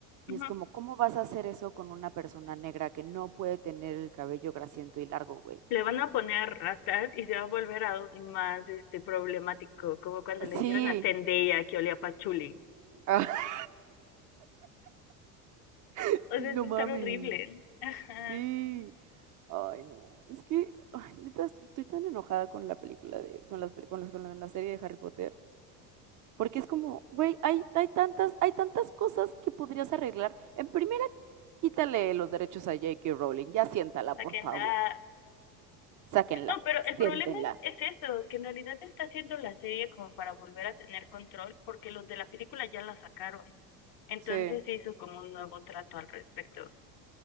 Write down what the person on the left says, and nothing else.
ujú.
Le van a poner rastas y se va a volver aún más este problemático, como cuando le dijeron
a Zendaya que olía a pachuli.
O
sea,
es estar
horrible. Ajá.
Sáquenla.
No, pero el
problema es es eso, que en realidad está haciendo la serie como para volver a tener control, porque los de la película ya la sacaron. Entonces
hizo como un nuevo trato al respecto.